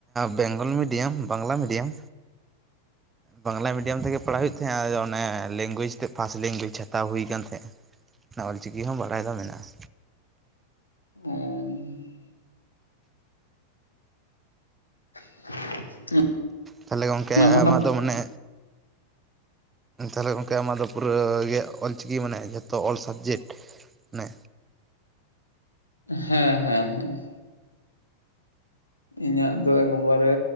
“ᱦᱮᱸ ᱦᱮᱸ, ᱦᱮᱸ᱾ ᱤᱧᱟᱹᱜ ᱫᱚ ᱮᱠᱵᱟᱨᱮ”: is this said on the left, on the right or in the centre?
Left